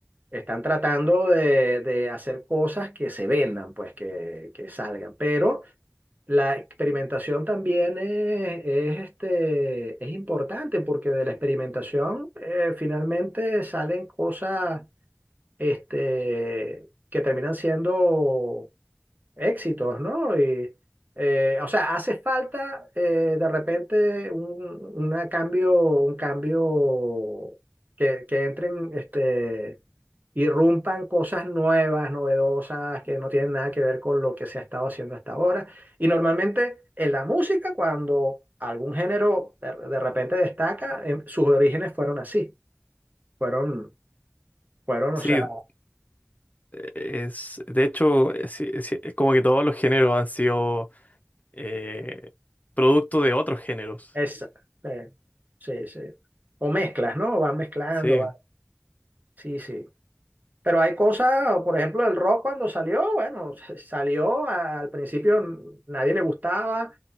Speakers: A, on the right; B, on the left.
A: Están tratando de, de hacer cosas que se vendan, pues que, que salgan. Pero la experimentación también es, es, este, es importante porque de la experimentación eh, finalmente salen cosas este, que terminan siendo éxitos, ¿no? Y, eh, o sea, hace falta eh, de repente un, una cambio, un cambio que, que entren, este, irrumpan cosas nuevas, novedosas, que no tienen nada que ver con lo que se ha estado haciendo hasta ahora. Y normalmente en la música, cuando algún género de, de repente destaca, em, sus orígenes fueron así, fueron, fueron,
B: Sí,
A: o sea,
B: eh, es, de hecho, es es- es como que todos los géneros han sido eh, producto de otros géneros.
A: es, eh, sí, sí. O mezclas, ¿no? Van mezclando,
B: Sí,
A: Sí, sí. Pero hay cosas, por ejemplo, el rock cuando salió, bueno, <laughs> salió al principio n- nadie le gustaba,